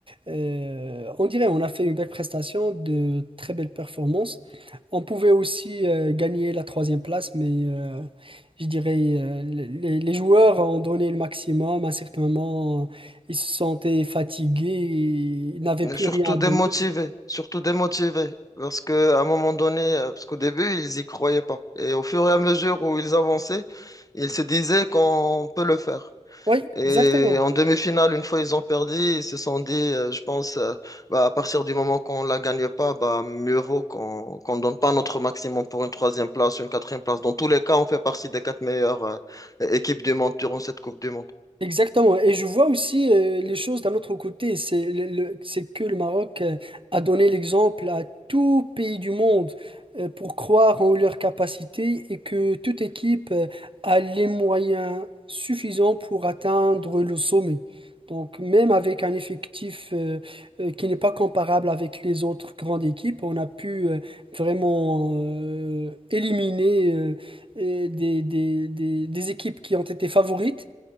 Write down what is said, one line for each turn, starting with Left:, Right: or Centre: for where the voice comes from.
Right: Euh, on dirait on a fait une belle prestation, de très belles performances. On pouvait aussi euh, gagner la troisième place, mais euh, je dirais euh, les, les joueurs ont donné le maximum. À un certain moment, ils se sentaient fatigués, ils n'avaient
Left: Et
Right: plus
Left: Surtout
Right: rien à
Left: démotivés,
Right: donner.
Left: surtout démotivés, parce que à un moment donné, euh, parce qu'au début, ils y croyaient pas. Et au fur et à mesure où ils avançaient, ils se disaient qu'on peut le faire.
Right: Oui,
Left: Et
Right: exactement.
Left: en demi-finale, une fois ils ont perdu, ils se sont dit, euh, je pense, euh, bah, à partir du moment qu'on la gagne pas, bah, mieux vaut qu'on qu'on donne pas notre maximum pour une troisième place, une quatrième place. Dans tous les cas, on fait partie des quatre meilleures euh, équipes du monde durant cette Coupe du Monde.
Right: Exactement. Et je vois aussi euh, les choses d'un autre côté. C'est le- le- c'est que le Maroc euh, a donné l'exemple à tout pays du monde euh, pour croire en leurs capacités et que toute équipe euh, a les moyens suffisants pour atteindre le sommet. Donc même avec un effectif euh, euh, qui n'est pas comparable avec les autres grandes équipes, on a pu euh, vraiment euh, éliminer euh, euh, des, des des- des équipes qui ont été favorites.